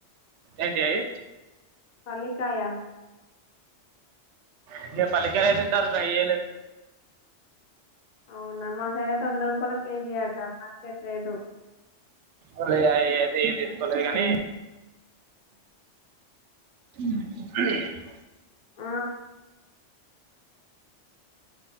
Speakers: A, on the right (about 75°); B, on the left (about 45°).
A: ఎంటియయి
B: పల్లికాయ
A: ఇంకా పల్లికయ తింటార్ గ యేలే
B: అవునా మా సైడ్ ఐతే వంద రూపాలక్ కేజీ అంట మార్కెట్ రేటు
A: ఒర్నియ అ ఐతే ఏం తీస్కోలే గాని ఉహహ్
B: ఆ